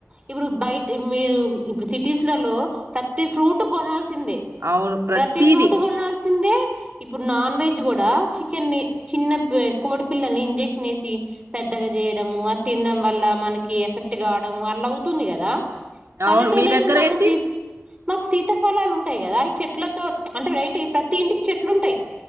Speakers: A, on the right (about 25°); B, on the right (about 75°).
A: ఇప్పుడు బయట మీరు ఇప్పుడు సిటీస్లలో ప్రతి ఫ్రూట్ కొనాల్సిన సింధీ
B: అవును ప్రతిదీ
A: ప్రతి ఫ్రూట్ కొనాల్సిందే ఇప్పుడు నాన్ వెజ్ కూడా, చికెన్ని చిన్న కోడి పిల్లని ఇంజెక్షన్ వేసి పెద్దగా చేయ అ తినడం వల్ల మనకి ఎఫెక్ట్ కావడము అట్లా అవుతుంది కదా పల్లెటూరులో
B: అవును మీ దగ్గర
A: ఏంది మాకు
B: ఏంటి
A: సీ మాకు శీతఫలాలు ఉంటాయి కదా, ఈ చెట్లతో అంటే రైట్ ప్రతి ఇంటికి చెట్లు ఉంటాయి.